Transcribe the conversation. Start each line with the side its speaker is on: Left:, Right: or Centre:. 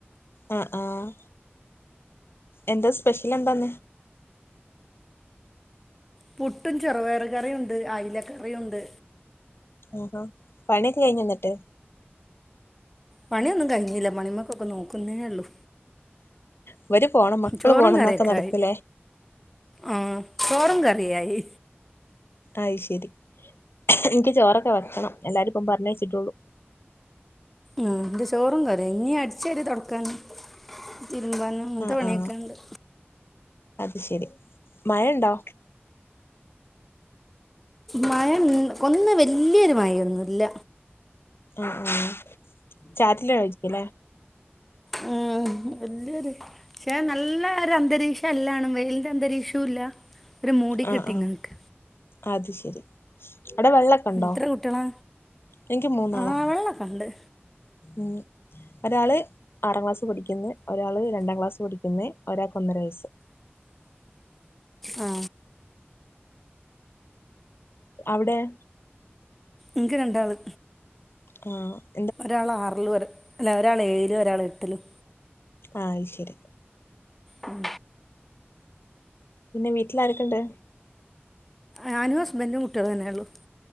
Left: ആ ആഹ് എന്താ സ്പെഷ്യൽ എന്താന്ന്
Centre: പുട്ടും ചെറുവയറ കറിയുണ്ട് അയിലക്കറിയുണ്ട്
Left: ആഹാ പണിയൊക്കെ കഴിഞ്ഞോന്നിട്ട്
Centre: പണിയൊന്നും കഴിഞ്ഞില്ല പണിമക്കൊക്കെ നോക്കുന്നേ ഉള്ളു
Left: ഇവര് പോണം മക്കള്
Centre: ചോറും
Left: പോണം എന്നൊക്കെ
Centre: കറിയൊക്കെ
Left: നടത്തില്ലേ
Centre: ആയി ആഹ് ചോറും കറിയായി
Left: അയ്ശരി എനിക്ക് ചോറൊക്കെ വെക്കണം എല്ലാരും ഇപ്പം പറഞ്ഞയിച്ചിട്ടുള്ളൂ
Centre: ആ എന്റെ ചോറും കറി ഇനി അടിച്ചാരി തൊടക്കാന് തിരുമ്പാന് അങ്ങനത്തെ
Left: ആഹ്
Centre: പണിയൊക്കെ
Left: ആഹ്
Centre: ഇണ്ട്
Left: അത് ശരി മഴയുണ്ടോ ആഹ്
Centre: മഴ ഇന്ന് കൊന്ന് വല്യോരു മഴൊന്നുംല്ല
Left: ആ ആ ചാറ്റലായിരിക്കുലെ
Centre: ആ വല്യോരു പക്ഷെ നല്ല ഒരു അന്തരീക്ഷം അല്ലാണ് വെയിലിന്റെ അന്തരീക്ഷവും ഇല്ല ഒരു മൂടി
Left: ആഹ്
Centre: കിട്ടി
Left: ആഹ്
Centre: ഇങ്ങനിക്ക
Left: അത് ശെരി അവിടെ വെള്ളൊക്കെ ഒണ്ടോ
Centre: എത്ര കുട്ടികളാ
Left: എനിക്ക് മൂന്നാളാ
Centre: ആ വെള്ളമൊക്കെ ഉണ്ട്
Left: ഉം ഒരാള് ആറാം ക്ലാസ്സ് പഠിക്ക്ന്ന് ഒരാള് രണ്ടാം ക്ലാസ്സ് പഠിക്ക്ന്ന് ഒരാക്ക് ഒന്നര വയസ്സ്
Centre: ആ
Left: അവ്ടെയോ?
Centre: ഇൻക്ക് രണ്ടാള്
Left: ആ
Centre: ഒരാൾ ആറിലും ഒര് അല്ല ഒരാൾ ഏഴിലും ഒരാൾ എട്ടിലും
Left: ആ അയ്ശരി
Centre: ഉം
Left: പിന്നെ വീട്ടില് ആരൊക്കെണ്ട്
Centre: ഞാനും ഹസ്ബന്റും കുട്ട്യാളും തന്നെ ഒള്ളു